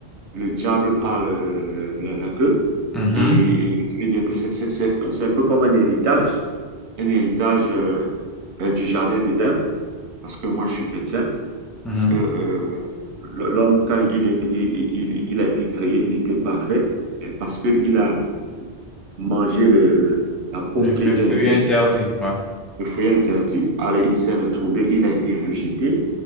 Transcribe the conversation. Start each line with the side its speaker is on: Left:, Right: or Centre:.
Right: le diable par le- le- le- la, la queue.
Centre: Mhm,
Right: Et, et je veux dire que c'est c'est- c'est- c'est un peu comme un héritage, un héritage euh, euh, du jardin d'Éden, parce que moi je suis chrétien,
Centre: mhm.
Right: parce que euh, l'homme, quand il, est- il, il, il a été créé, il était parfait, mais parce qu'il a mangé le, le- la pomme
Centre: Le,
Right: qui
Centre: le
Right: était
Centre: fruit
Right: interdite.
Centre: interdit, ouais.
Right: le foyer interdit. Allez, il s'est retrouvé, il a été rejeté.